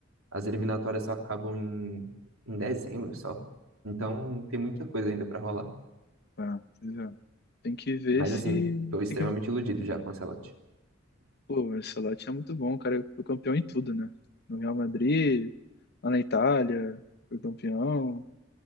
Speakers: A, on the right; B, on the left.
A: As eliminatórias só acabam em, em dezembro só. Então tem muita coisa ainda pra rolar.
B: Ah, pois é. Tem que ver
A: Mas
B: se.
A: assim, tô extremamente
B: Tem que
A: iludido já com o Ancelotti.
B: Pô, o Ancelotti é muito bom, o cara foi campeão em tudo, né? No Real Madrid, lá na Itália, foi campeão.